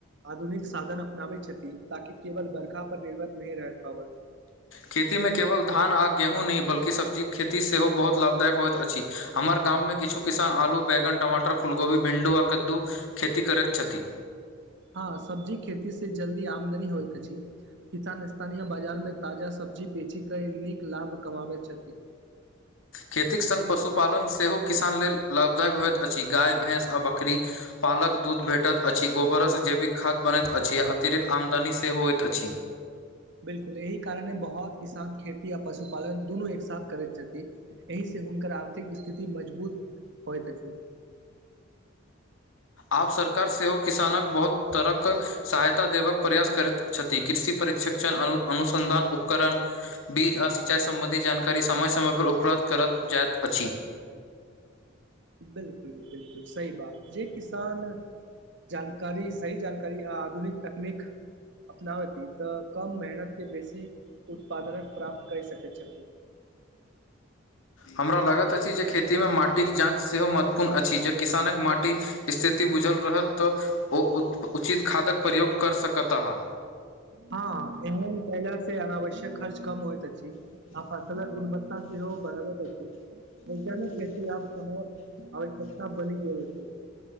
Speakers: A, on the right (about 65°); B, on the left (about 85°).
A: आधुनिक साधन अपनाबैत छथिन, ताकि केवल बर्खा पर निर्भर नहि रहैत पाबत।
B: खेतीमे केवल धान आ गेहूँ नहि बल्कि सब्जी कऽ खेती सेहो बहुत लाभदायक होइत अछि। हमर गाममे किछु किसान आलू बैगन टमाटर फुलगोभी भिंडू आ कदू खेती करैत छथिन
A: हँ सब्जी खेती से जल्दी आमदनी होइत अछि। किसान स्थानीय बाजार मे ताजा सब्जी बेची कऽ नीक लाभ कमाबैत छथि।
B: खेतीक सङ्ग पशुपालन सेहो किसान लेल लाभदायक होइत अछि, गाय भैंस आ बकरी पालक दूध भेटैत अछि, गोबरसँ जैविक खाद्य बनैत अछि, आ अतिरिक्त आमदनी सेहो होइत अछि।
A: बिल्कुल एहि कारणे बहुत किसान खेती आ पशुपालन दुनू एक साथ करैत छथिन। एहि से हुनकर आर्थिक स्थिति मजबूत होइत अछि।
B: आब सरकार सेहो किसानक बहुत तरहके सहायता देबाक प्रयास करैत छथि, कृषि परिक्षक्षण अनु अनुसन्धान उपकरण बीज आ सिंचाइ सम्बन्धी जानकारी समय समयपर उपलब्ध करत जाइत अछि।
A: बिल्कुल बिल्कुल सही बात जे किसान जानकारी सही जानकारी आधुनिक तकनीक अपना बेत अती तऽ कम मेहनत के बेसी उत्पादनक प्राप्त कै सकै छथि।
B: हमरा लागत अछि, जे खेतीमे माटिक जाँच सेहो महत्वपूर्ण अछि, जे किसानक माटि स्थिति बुझल रहत तऽ ओ उत-उचित खादक प्रयोग कर सकत अहाँ।
A: हँ एहन कईला से अनावश्यक खर्च कम होयत। अछि आ फसलक गुणवत्ता सेहो बढ़बैत वैज्ञानिक खेती आब समय आवश्यकता बनि गेल अछि।